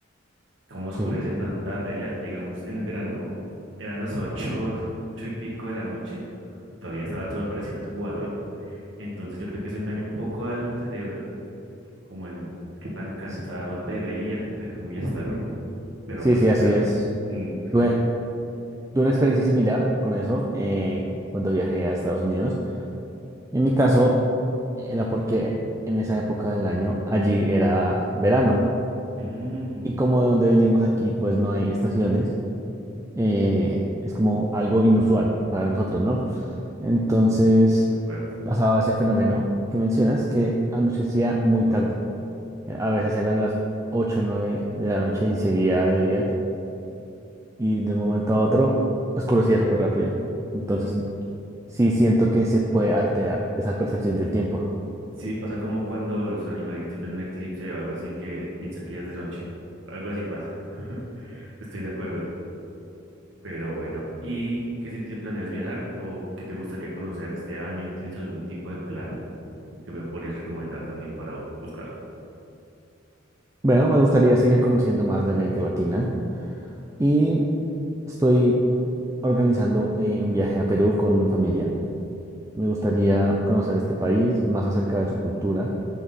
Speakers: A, on the right (about 70°); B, on the right (about 15°).
A: cómo oscurece
B: Sí.
A: tan tarde allá, digamos en el verano eran las ocho, ocho y pico de la noche, y todavía estaba el sol, parecían las cuatro Entonces yo creo que eso engaña un poco al cerebro, como en qué tan cansado
B: Sí.
A: debería, entre comillas, estar uno. Pero
B: Sí,
A: pues
B: sí,
A: claro.
B: así es.
A: mm,
B: Tuve, tuve una experiencia similar con eso
A: ujú,
B: eh, cuando viajé a Estados Unidos. En mi caso, era porque en esa época del año allí era verano.
A: mm,
B: Y como de donde venimos aquí, pues no hay estaciones, eh, es como algo inusual para nosotros, ¿no? Entonces
A: de acuerdo.
B: pasaba ese fenómeno que mencionas, que anochecía muy tarde. A veces eran las 8 o 9 de la noche y seguía de día. y de un momento a otro oscurecía súper rápido. Entonces, sí siento que se puede
A: <laughs>
B: alterar esa percepción del tiempo.
A: Sí, pasa como cuando los animalitos ven un eclipse o algo así que piensan que ya es de noche. Algo así pasa. <laughs> Estoy de acuerdo. Pero bueno, ¿y qué sitios planeas viajar o qué te gustaría conocer este año? ¿Tienes algún tipo de plan o que me podrías recomendar también para buscar,
B: Bueno, me gustaría seguir conociendo más de América Latina y estoy organizando eh, un viaje a Perú con mi familia. Me gustaría conocer este país, más acerca de su cultura